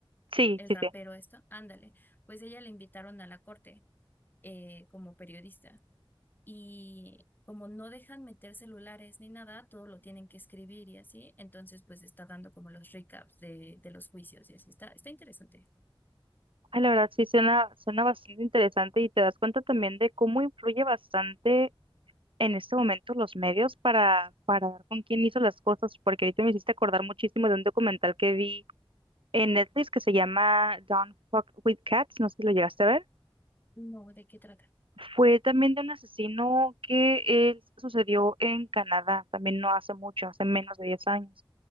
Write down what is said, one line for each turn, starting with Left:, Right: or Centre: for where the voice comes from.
Right: sí,
Left: el
Right: sí,
Left: rapero
Right: sí.
Left: esto, ándale, pues ella le invitaron a la corte eh, como periodista y como no dejan meter celulares ni nada, todo lo tienen que escribir y así, entonces pues está dando como los recaps de, de los juicios y así, está, está interesante.
Right: Ay, la verdad sí suena, suena bastante interesante y te das cuenta también de cómo influye bastante en este momento los medios para, para dar con quién hizo las cosas, porque ahorita me hiciste acordar muchísimo de un documental que vi en Netflix que se llama Don't Fuck with Cats, no sé si lo llegaste a ver.
Left: No, ¿de qué trata?
Right: Fue también de un asesino que eh, sucedió en Canadá, también no hace mucho, hace menos de 10 años.